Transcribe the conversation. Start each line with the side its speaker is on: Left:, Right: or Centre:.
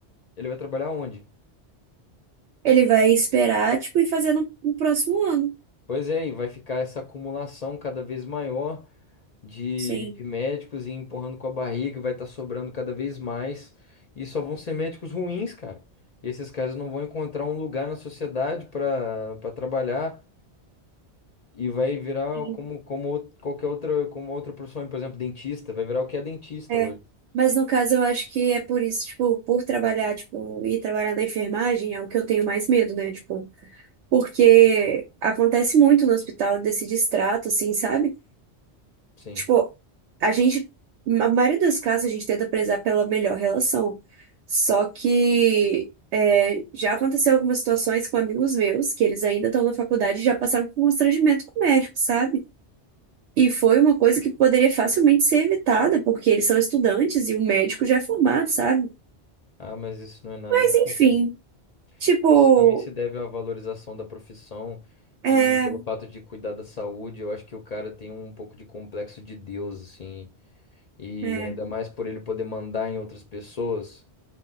Left: Ele vai trabalhar onde?
Right: Ele vai esperar, tipo, e fazer no, no próximo ano.
Left: Pois é, e vai ficar essa acumulação cada vez maior. de,
Right: Sim.
Left: de médicos e empurrando com a barriga, vai estar sobrando cada vez mais. E só vão ser médicos ruins, cara. E esses caras não vão encontrar um lugar na sociedade para para trabalhar e vai virar
Right: Sim.
Left: como, como out- qualquer outra, como outra profissão, por exemplo, dentista, vai virar o que é dentista
Right: É.
Left: hoje.
Right: Mas no caso, eu acho que é por isso, tipo, por trabalhar, tipo, ir trabalhar na enfermagem é o que eu tenho mais medo, né? Tipo. porque acontece muito no hospital desse distrato, assim, sabe?
Left: Sim.
Right: Tipo, a gente, na maioria dos casos, a gente tenta prezar pela melhor relação. Só que é, já aconteceu algumas situações com amigos meus, que eles ainda estão na faculdade e já passaram por um constrangimento com o médico, sabe? E foi uma coisa que poderia facilmente ser evitada, porque eles são estudantes e o médico já é formado, sabe?
Left: Ah, mas isso não é nada
Right: Mas
Left: incomum.
Right: enfim, tipo,
Left: Isso também se deve à valorização da profissão
Right: é,
Left: e pelo fato de cuidar da saúde, eu acho que o cara tem um pouco de complexo de Deus, assim. E
Right: é.
Left: ainda mais por ele poder mandar em outras pessoas